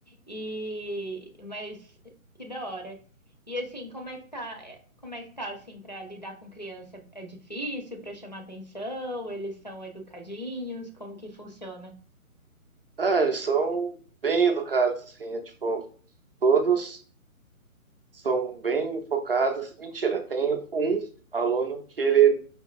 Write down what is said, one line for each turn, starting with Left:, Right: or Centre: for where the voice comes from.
Left: E mas que da hora. E assim, como é que tá? é, Como é que tá assim para lidar com criança? É difícil para chamar atenção? Eles são educadinhos? Como que funciona?
Right: Ah, eles são bem educados, assim, é tipo, todos são bem focados. Mentira, tem um aluno que ele,